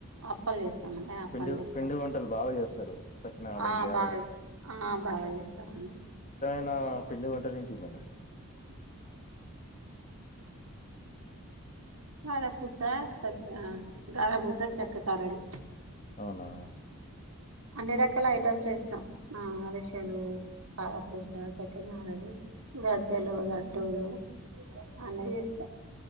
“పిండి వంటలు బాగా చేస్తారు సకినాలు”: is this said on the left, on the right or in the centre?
Left